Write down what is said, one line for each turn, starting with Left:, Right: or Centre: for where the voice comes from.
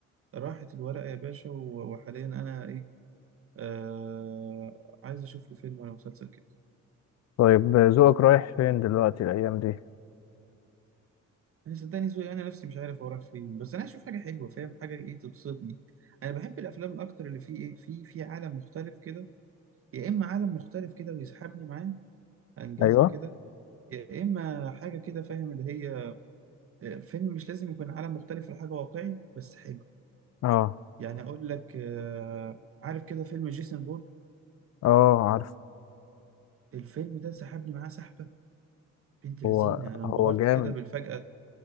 Right: راحت الورقة يا باشا و- وحاليا أنا إيه آه عايز أشوف لي فيلم ولا مسلسل كده
Left: طيب ذوقك رايح فين دلوقتي الايام دي
Right: انا صدقني ذوقي انا نفسي مش عارف هو رايح فين بس انا هشوف حاجه حلوه فاهم حاجه ايه تبسطني انا بحب الافلام اكتر اللي فيه ايه في في عالم مختلف كده يا اما عالم مختلف كده ويسحبني معاه انجذب
Left: ايوه
Right: كده يا اما حاجه كده فاهم اللي هي آه، فيلم مش لازم يكون عالم مختلف ولا حاجه واقعي بس حلو
Left: اه
Right: يعني اقول لك آه، عارف كده فيلم جيسون بورن
Left: اه عارف
Right: الفيلم ده سحبني معاه سحبه بنت لذينه
Left: هو
Right: انا انبهرت
Left: هو جامد
Right: كده بالفجأة